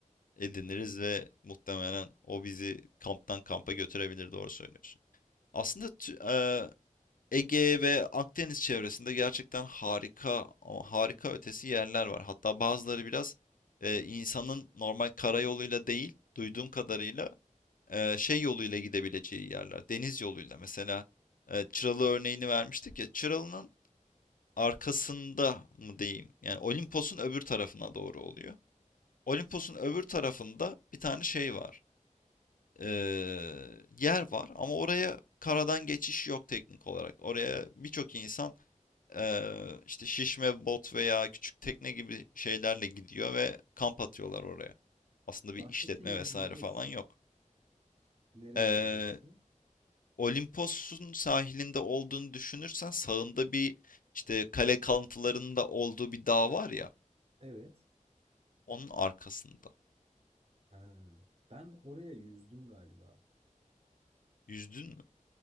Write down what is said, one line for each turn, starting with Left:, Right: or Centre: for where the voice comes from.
Left: ediniriz ve muhtemelen o bizi kamptan kampa götürebilir doğru söylüyorsun. Aslında tü- e, Ege ve Akdeniz çevresinde gerçekten harika ama harika ötesi yerler var. Hatta bazıları biraz e, insanın normal karayoluyla değil duyduğum kadarıyla e, şey yoluyla gidebileceği yerler. Deniz yoluyla mesela e, Çıralı örneğini vermiştik ya Çıralı'nın arkasında mı diyeyim yani Olimpos'un öbür tarafına doğru oluyor. Olimpos'un öbür tarafında bir tane şey var eee, yer var ama oraya karadan geçiş yok teknik olarak. Oraya birçok insan eee, işte şişme bot veya küçük tekne gibi şeylerle gidiyor ve kamp atıyorlar oraya. Aslında bir
Right: Bahsettiğin
Left: işletme
Right: yer
Left: vesaire
Right: neresi?
Left: falan yok.
Right: Neresi
Left: Eee
Right: burası?
Left: Olimpos'un sahilinde olduğunu düşünürsen sağında bir işte kale kalıntılarının da olduğu bir dağ var ya
Right: Evet.
Left: onun arkasında.
Right: Ha, ben oraya yüzdüm galiba.
Left: Yüzdün mü?